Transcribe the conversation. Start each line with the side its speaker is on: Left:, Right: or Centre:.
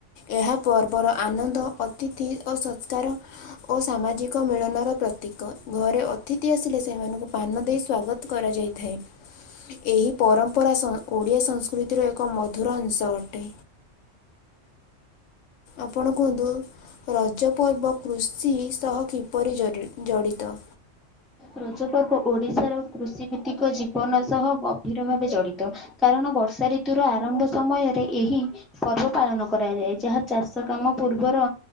Left: ଏହା ପର୍ବର ଆନନ୍ଦ, ଅତିଥି ଓ ସତ୍କାର ଓ ସାମାଜିକ ମିଳନର ପ୍ରତୀକ। ଘରେ ଅ ଅତିଥି ଆସିଲେ ସେମାନଙ୍କୁ ପାନ ଦେଇ ସ୍ଵାଗତ କରା ଯାଇଥାଏ। ଏହି ପରମ୍ ଉପ ରାସ ଓଡ଼ିଆ ସଂସ୍କୃତିର ଏକ ମଧୁର ଅଂଶ ଅଟେ। ଆପଣ କୁହନ୍ତୁ ରଜପର୍ବ କୃଷି ସହ କିପରି ଜ- ଜଡ଼ିତ?
Centre: ରଜ ପର୍ବ ଓଡିଶାର କୃଷି ଭିତ୍ତିକ ଜୀବନ ସହ ଗଭୀର ଭାବେ ଜଡ଼ିତ। କାରଣ ବର୍ଷା ରିତୁର ଆରମ୍ଭ ସମୟରେ ଏହି ପର୍ବ ପାଳନ କରାଯାଏ। ଯାହା ଚାଷ କାମ ପୂର୍ବର